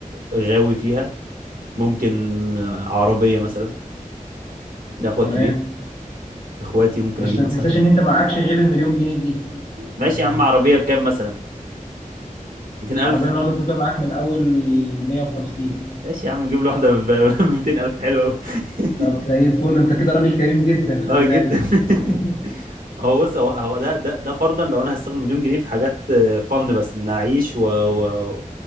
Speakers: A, on the right; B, on the left.
A: غاوي فيها ممكن آه، عربية مثلا ده أخويا
B: تمام
A: الكبير إخواتي ممكن
B: بس
A: أجيب
B: ما
A: مثلا
B: تنساش ان انت معكش غير المليون جنيه دي
A: ماشي يا عم عربية بكام مثلا 200000
B: عربية النهاردة بتبدأ معاك من أول 150
A: ماشي يا عم نجيب له واحدة ب <laughs> 200000 حلوة أوي <laughs>
B: طب زي الفل انت كده راجل كريم جدا
A: اه
B: خلي
A: جدا
B: بالك
A: <laughs>
B: <laughs>
A: هو بص هو هو ده ده ده فرضا لو انا هستخدم مليون جنيه في حاجات آه، فن بس ان اعيش و و-